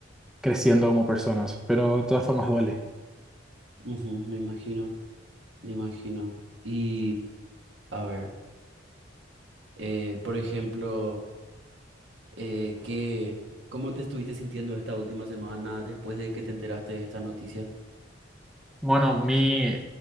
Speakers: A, in the centre; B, on the right (about 70°).
A: creciendo como personas, pero de todas formas duele.
B: Ujú, me imagino, me imagino. Y a ver, eh, por ejemplo... Eh, ¿qué, cómo te estuviste sintiendo esta última semana después de que te enteraste de esta noticia?
A: Bueno, mi,